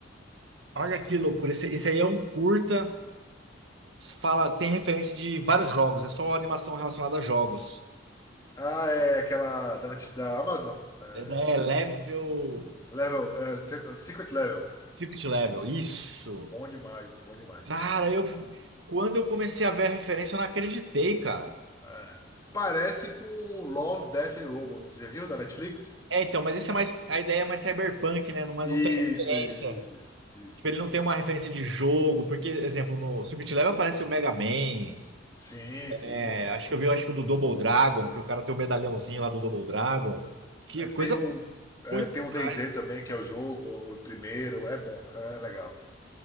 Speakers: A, on the right (about 70°); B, on the left (about 20°).
A: Olha que loucura. Esse, esse aí é um curta. Fala, tem referência de vários jogos. É só animação relacionada a jogos.
B: Ah, é aquela da, Net- da Amazon. É,
A: É, né, level.
B: level, é, Se- Secret Level.
A: Secret level. Isso.
B: Bom demais, bom demais.
A: Cara, eu. Quando eu comecei a ver a referência, eu não acreditei, cara.
B: Ah, parece com Love, Death and Robots. Já viu da Netflix?
A: É, então, mas esse é mais. A ideia é mais cyberpunk, né? Não, é-
B: Isso,
A: não tem referência.
B: isso, isso, isso, isso,
A: Tipo, ele
B: isso.
A: não tem
B: isso.
A: uma referência de jogo. Porque, exemplo, no Secret level aparece o Mega Man.
B: Sim, sim,
A: É,
B: sim.
A: acho que eu vi, acho que o do Double Dragon, que o cara tem o medalhãozinho lá do Double Dragon. Que
B: É,
A: é coisa
B: Tem o, é,
A: muito
B: tem o
A: atrás.
B: D&D também, que é o jogo, o primeiro. É bom, é legal.